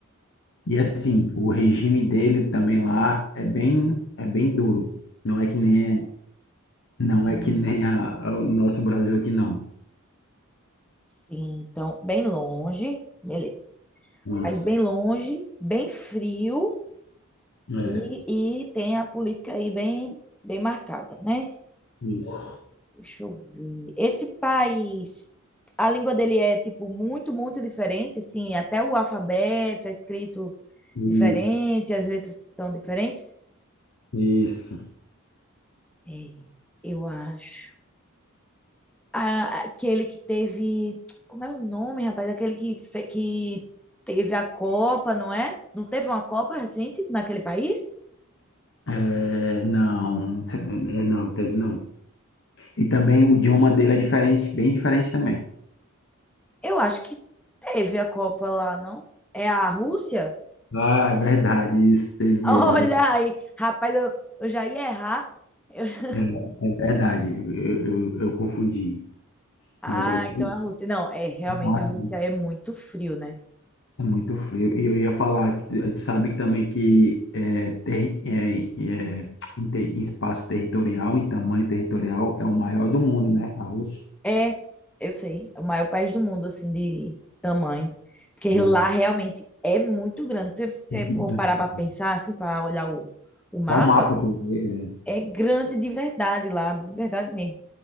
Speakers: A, on the left; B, in the centre.
A: E assim, o regime dele também lá é bem, é bem duro. Não é que nem, não
B: hum.
A: é que nem a- a- o nosso Brasil aqui, não.
B: Sim, então, bem longe, beleza. País
A: Isso.
B: bem longe, bem frio
A: É,
B: e, e tem a política aí bem, bem marcada, né?
A: isso.
B: Deixa eu ver. Esse país, a língua dele é, tipo, muito, muito diferente, assim, até o alfabeto é escrito
A: Isso,
B: diferente, as letras são diferentes?
A: isso.
B: É, eu acho. a- aquele que teve. Como é o nome, rapaz? Aquele que, fe- que teve a Copa, não é? Não teve uma Copa recente naquele país?
A: É, não, é, não, teve não. E também o idioma dele é diferente, bem diferente também.
B: Eu acho que teve a Copa lá, não? É a Rússia?
A: Ah, é verdade, isso teve
B: <laughs>
A: mesmo.
B: Olha
A: Eu-
B: aí, rapaz, eu, eu já ia errar. Eu- <laughs>
A: é, é verdade, eu, eu, eu confundi.
B: Ah,
A: Mas é isso
B: então
A: aí.
B: é a Rússia. Não, é realmente
A: Nossa,
B: a Rússia é muito frio, né?
A: é muito frio. E eu ia falar que tu, tu sabe que também que é, terri- é, é, em, te- em espaço territorial, em tamanho territorial, é o maior do mundo, né? A Rússia.
B: É, eu sei, é o maior país do mundo, assim, de tamanho. Porque
A: Sim.
B: lá realmente é muito grande. Se você
A: É
B: for
A: gigante.
B: parar para pensar, assim, para olhar o, o mapa,
A: Só o mapa que eu vi, é.
B: é grande de verdade lá, de verdade mesmo.